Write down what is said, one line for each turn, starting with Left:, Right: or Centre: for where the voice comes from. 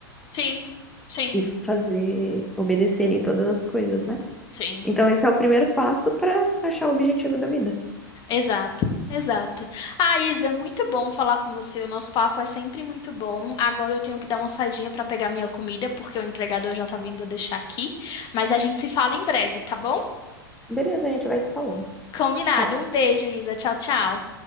Left: Sim, sim,
Centre: e fazer obedecer ele em todas as coisas, né?
Left: sim.
Centre: Então, esse é o primeiro passo para achar o objetivo da vida.
Left: Exato, exato. Ah, Isa, muito bom falar com você. O nosso papo é sempre muito bom. Agora eu tenho que dar uma saidinha para pegar minha comida, porque o entregador já tá vindo deixar aqui. Mas a gente se fala em breve, tá bom?
Centre: Beleza, a gente vai se falando.
Left: Combinado.
Centre: Tchau.
Left: Um beijo, Isa. Tchau, tchau.